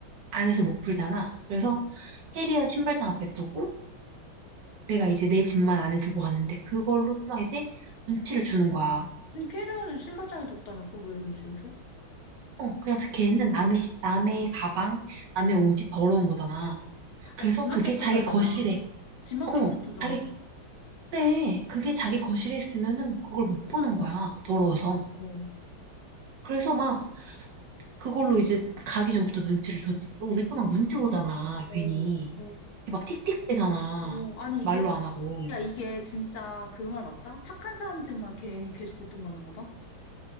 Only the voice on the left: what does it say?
어.
아니, 캐리어는 신발장에 뒀다며. 그럼 왜 눈치를 줘?
아,
지만
깨끗하잖아.
지만 깨끗하잖아.
어, 어,
어,
어.
어. 아니,
이게,
야, 이게 진짜 그 말 맞다? 착한 사람들만 괜히 계속 고통받는 거다?